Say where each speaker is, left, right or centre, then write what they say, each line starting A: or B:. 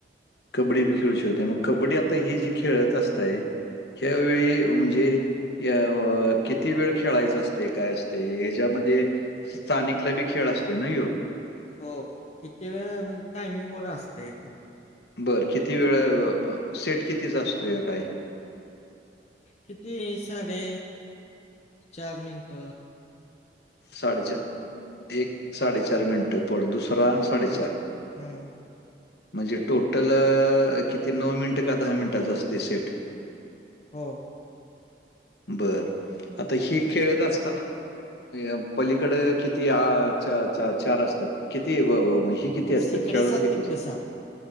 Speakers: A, on the left (about 65°); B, on the left (about 35°).
A: कबड्डी बी खेळू शकते मग कबड्डी आता ही जे खेळत असतय ह्यावेेळी म्हणजे अ किती वेळ खेळायच असते काय असते ह्याच्यामध्ये स्थानिक ला बी खेळ असतोय ना यो
B: हो किती वेळा म्हणजे टायमिंग वगैरे असत इथे
A: बरं किती वेळ सेट कितीचा असतो या काय
B: किती साडे चार मिनट
A: साडेचार एक साडेचार मिनिटं प दुसरा साडेचार
B: हम्म
A: म्हणजे टोटल किती नऊ मिनिटं का दहा मिनिटाच असते सेट
B: हो
A: बर आता हे खेळत असताना पलीकडे किती चार असतात किती हि किती असतात?
B: सकडं
A: खेळाडू
B: सात
A: किती
B: तिकडं
A: असतात?
B: सात